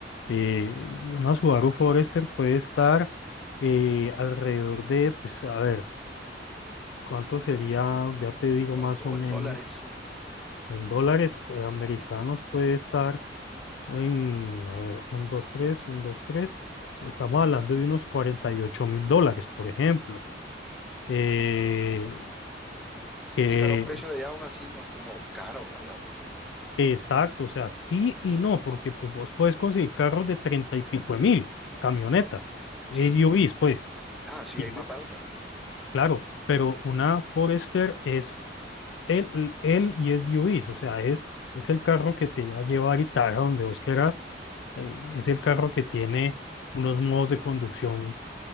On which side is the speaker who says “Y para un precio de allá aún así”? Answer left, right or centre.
Centre